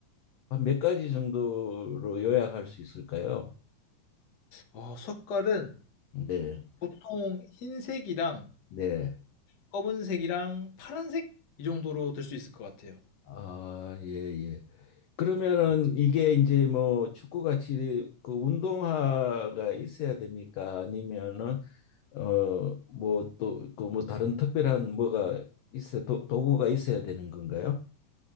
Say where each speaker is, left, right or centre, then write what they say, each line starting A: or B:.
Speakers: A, on the left; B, on the left.
A: 한몇 가지 정도로 요약할 수 있을까요?
B: 어, 색깔은
A: 네,
B: 보통 흰색이랑
A: 네.
B: 검은색이랑 파란색 이 정도로 될 수 있을 것 같아요.
A: 아, 예, 예. 그러면은 이게 이제 뭐 축구같이 그 운동화가 있어야 됩니까? 아니면은 어 뭐 또 그 뭐 다른 특별한 뭐가 있어 도, 도구가 있어야 되는 건가요?